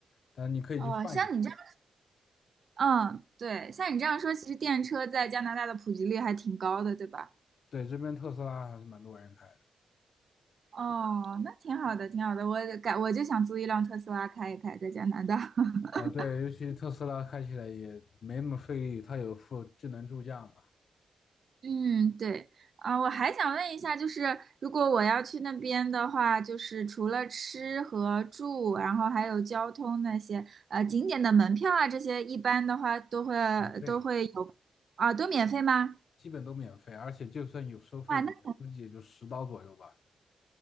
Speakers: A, on the left; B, on the right.
A: 但你可以去换一个。
B: 哦，像你这样，嗯，对，像你这样说，其实电车在加拿大的普及率还挺高的，对吧？
A: 对，这边特斯拉还是蛮多人开的。
B: 哦，那挺好的，挺好的。我改，我就想租一辆特斯拉开一开，在加拿大。<laughs>
A: 呃，对，尤其特斯拉开起来也没那么费力，它有附智能助驾嘛，
B: 嗯，对，啊，我还想问一下，就是如果我要去那边的话，就是除了吃和住，然后还有交通那些，呃，景点的门票啊，这些一般的话都会
A: 免费，
B: 都会有，啊，都免费吗？
A: 基本都免费，而且就算有收费，
B: 哇，
A: 也估计也就十刀左右吧。
B: 那